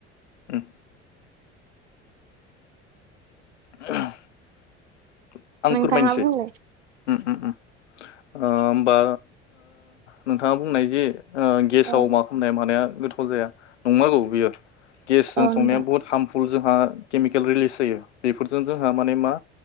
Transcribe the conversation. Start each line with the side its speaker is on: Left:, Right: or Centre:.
Left: उम। <unintelligible> आं
Right: नोंथाङा
Left: फोरमायनोसै
Right: बुंलाय
Left: उम उम उम ओ होमबा नोंथाङा बुंनाय जे ओ गेसाव
Right: औ
Left: मा खामनाय मानाया गोथाव जाया नंगौ बियो गेसजों
Right: औ
Left: संनाया
Right: नोंथां
Left: बुहुत हार्मफु- ल जोंहा केमिकेल रिलिस जायो बेफोरजों जोंहा माने मा